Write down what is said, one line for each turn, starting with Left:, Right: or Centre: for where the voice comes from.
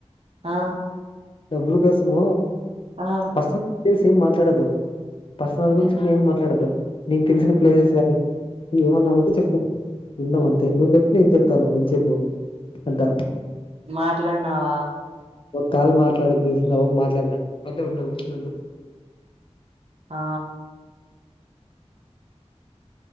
Right: ఆ
Left: డబ్బుల కోసము
Right: ఆ
Left: వస్త తెలుసు ఏం మాట్లాడద్దు పర్సనల్ గురించికూడ ఏం మాట్లాడద్దు. నీక్ తెలిసిన ప్లేసెస్గా ఏమన్నా ఉంటే చెప్పు విందం అంతే నువ్వు చెప్పు నేను చెప్తాను. కొన్ చెప్పు అంత
Right: మాట్లాడినావా
Left: కాలు మాట్లాడింది చూసి మాట్లాడినా ఒక నిమిషం ఉండు
Right: ఆ